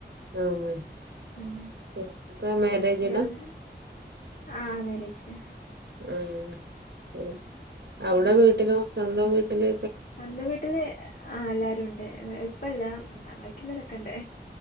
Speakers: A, on the right; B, on the left.
A: ആഹ്
B: ഉം
A: ഒക്കെ മെറെജില
B: നിങ്ങളത് ആഹ് മെറെജിഡ്
A: ഉം ശരി അവിടെ
B: ഉം
A: വീട്ടിലോ സ്വന്തം വീട്ടില്
B: സ്വന്തം വീട്ടില് ആഹ് എല്ലാരും ഉണ്ട് ഇപ്പല്ല ബാക്കിയുള്ളവരെക്കെണ്ട്